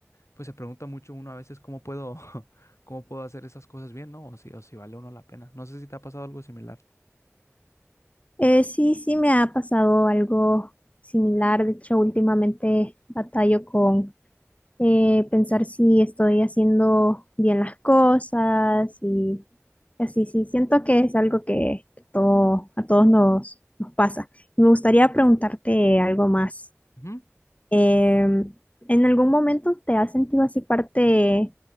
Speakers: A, on the left; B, on the left.
A: pues se pregunta mucho uno a veces cómo puedo, <laughs> cómo puedo hacer esas cosas bien, ¿no? O si, o si vale uno la pena. No sé si te ha pasado algo similar.
B: Eh, sí, sí, me ha pasado algo similar. De hecho, últimamente batallo con eh, pensar si estoy haciendo bien las cosas y así, sí, siento que es algo que todo, a todos nos, nos pasa. me gustaría preguntarte algo más.
A: Ujú.
B: Em, ¿en algún momento te has sentido así parte